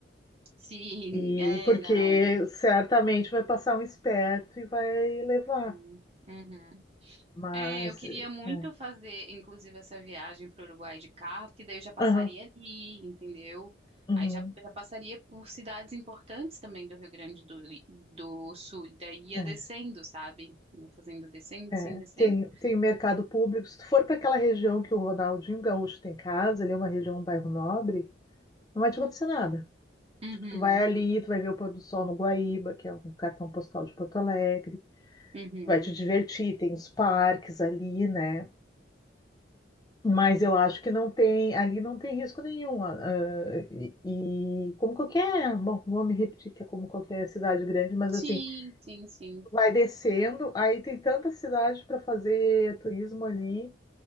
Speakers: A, on the right; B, on the left.
A: Sim,
B: E
A: <laughs> é,
B: porque
A: não.
B: certamente vai passar um esperto e vai levar.
A: Uhum. Uhum.
B: Mas,
A: É, eu queria
B: é.
A: muito fazer, inclusive, essa viagem para o Uruguai de carro, porque daí eu já passaria
B: Aham,
A: ali, entendeu?
B: uhum,
A: Aí já, já passaria por cidades importantes também do Rio Grande do, do Sul, e daí ia
B: é.
A: descendo, sabe? Ia fazendo descendo, descendo,
B: É,
A: descendo.
B: tem, tem o mercado público. Se tu for para aquela região que o Ronaldinho Gaúcho tem casa, ali é uma região, um bairro nobre, não vai te acontecer nada.
A: Uhum.
B: Tipo, tu vai ali, tu vai ver o pôr do sol no Guaíba, que é um cartão postal de Porto Alegre,
A: Uhum.
B: vai te divertir, tem os parques ali, né? Mas eu acho que não tem, ali não tem risco nenhum. ah, ah, e, e como qualquer, bom, vou me repetir que é como qualquer cidade grande, mas
A: Sim,
B: assim,
A: sim, sim.
B: vai descendo, aí tem tanta cidade para fazer turismo ali.